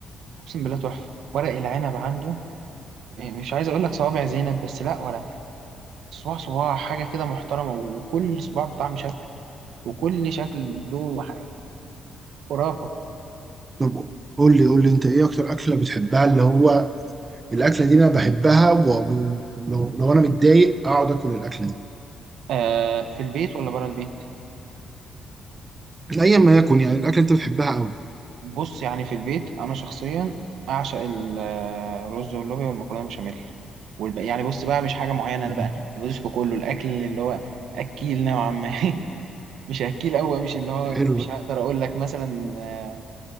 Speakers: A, on the right; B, on the right.
A: اقسم بالله تحفة ورق العنب عنده يعني مش عايز اقول لك صوابع زينب بس لا ولا صباع صباع حاجة كده محترمة وكل صباع بطعم شكل وكل شكل له ح- خرافة
B: طب قول لي قول لي انت ايه اكتر اكله بتحبها اللي هو الاكله دي انا بحبها ولو لو, لو انا متضايق اقعد اكل الاكله دي
A: آه في البيت ولا بره البيت
B: ايا ما يكن يعني الاكله انت بتحبها قوي
A: بص يعني في البيت انا شخصيا اعشق الرز واللوبيا والمكرونه بشاميل والب... يعني بص بقى مش حاجه معينه
B: مم.
A: انا بقى أنا بدوس في كله الاكل اللي هو اكيل نوعا ما <laughs> مش اكيل قوي مش اللي هو
B: حلو
A: مش
B: ده
A: هقدر اقول لك مثلا آه،